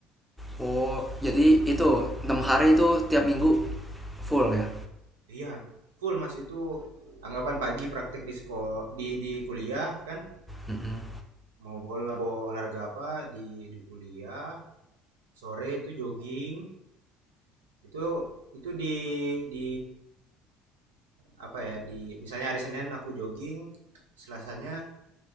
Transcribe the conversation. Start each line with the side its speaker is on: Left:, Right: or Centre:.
Centre: Oh, jadi itu 6 hari itu tiap minggu full ya.
Right: Iya, full, Mas, itu anggapan pagi praktek di sekol di di kuliah kan,
Centre: Mm-mm.
Right: mau bola mau olahraga apa di di kuliah, sore itu jogging, itu itu di di apa ya di misalnya hari Senin aku jogging, Selasanya